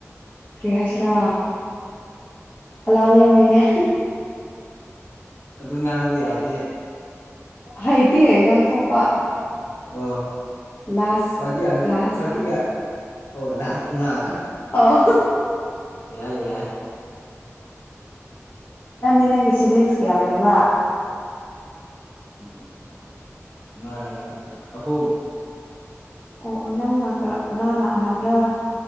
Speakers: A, on the left; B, on the left.
A: ꯀꯔꯤ ꯍꯥꯏꯁꯔꯥ ꯑꯂꯥꯎ ꯌꯦꯡꯕꯩꯅꯦ
B: ꯑꯗꯨ ꯉꯥꯡꯕ ꯌꯥꯗꯦ
A: ꯍꯩꯇꯦ ꯉꯥꯡꯊꯣꯛꯄ
B: ꯑ
A: ꯂꯥꯁ
B: ꯈꯋꯥꯗꯤ
A: ꯂꯥꯁ
B: ꯈꯋꯥꯗꯤ ꯀ ꯑꯣ ꯂ ꯉ
A: ꯑ
B: ꯌꯥꯏ ꯌꯥꯏ
A: ꯅꯪꯗꯤ ꯅꯪꯒꯤ ꯁꯤꯕ꯭ꯂꯤꯡꯁ ꯀꯌꯥ ꯂꯩꯕ꯭ꯔꯥ
B: ꯎꯝ ꯃ ꯑꯍꯨꯝꯝ
A: ꯑꯣ ꯑꯣ ꯅꯪꯅ ꯀꯅꯥꯅ ꯑꯍꯟꯕ꯭ꯔꯥ